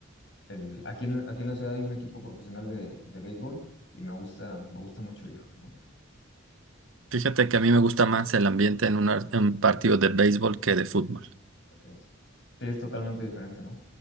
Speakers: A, on the left (about 55°); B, on the right (about 70°).
A: el, aquí en, aquí en la ciudad hay un equipo profesional de, de béisbol y me gusta, me gusta mucho ir, ¿no?
B: Fíjate que a mí me gusta más el ambiente en una- en un partido de béisbol que de fútbol.
A: Ok. Sí, es totalmente diferente, ¿no?